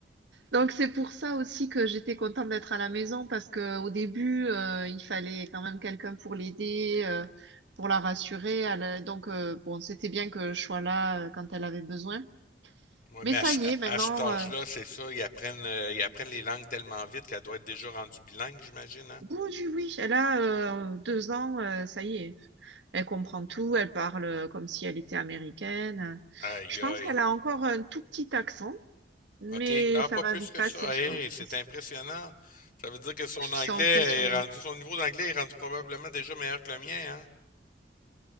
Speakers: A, on the right; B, on the left.
A: Donc c'est pour ça aussi que j'étais contente d'être à la maison parce que au début euh, il fallait quand même quelqu'un pour l'aider, euh, pour la rassurer. Elle, euh, donc euh, bon, c'était bien que je sois là euh, quand elle avait besoin.
B: Ouais,
A: Mais
B: mais
A: ça
B: à, ce-
A: y
B: à-
A: est, maintenant.
B: à cet âge-là,
A: euh,
B: c'est ça, ils apprennent euh, ils apprennent les langues tellement vite qu'elle doit être déjà rendue bilingue, j'imagine, hein?
A: Oui, oui, oui. Elle a euh, deux ans, euh, ça y est. Elle comprend tout, elle parle euh, comme si elle était américaine.
B: Aïe
A: Je pense
B: aïe.
A: qu'elle a encore un tout petit accent, mais
B: OK. Ah,
A: ça
B: pas
A: va
B: plus
A: vite
B: que
A: passer,
B: ça.
A: je
B: Hey,
A: pense.
B: c'est impressionnant. Ça veut dire que son anglais
A: C'est impressionnant.
B: est rendu, son niveau d'anglais est rendu probablement déjà meilleur que le mien, hein?